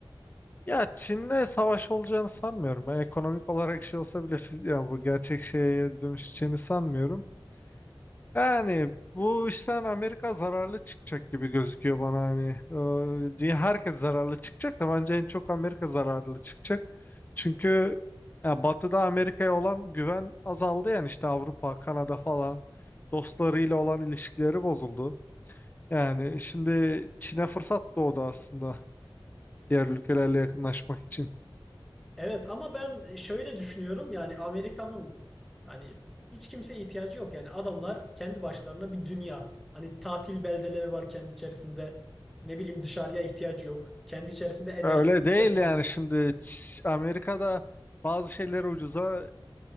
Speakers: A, on the left; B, in the centre.
A: Ya Çin'le savaş olacağını sanmıyorum. Ben ekonomik olarak şey olsa bile fiz yani bu gerçek şeye dönüşeceğini sanmıyorum. Yani bu işten Amerika zararlı çıkacak gibi gözüküyor bana hani. Ee, Diye herkes zararlı çıkacak da bence en çok Amerika zararlı çıkacak. Çünkü ya Batı'da Amerika'ya olan güven azaldı yani işte Avrupa, Kanada falan dostlarıyla olan ilişkileri bozuldu. Yani şimdi Çin'e fırsat doğdu aslında diğer ülkelerle yakınlaşmak için.
B: Evet ama ben şöyle düşünüyorum yani Amerika'nın yani hiç kimseye ihtiyacı yok. Yani adamlar kendi başlarına bir dünya. Hani tatil beldeleri var kendi içerisinde. Ne bileyim dışarıya ihtiyacı yok. Kendi içerisinde enerjisini
A: Öyle değil
B: yapabilir.
A: yani şimdi Ç- Amerika'da bazı şeyleri ucuza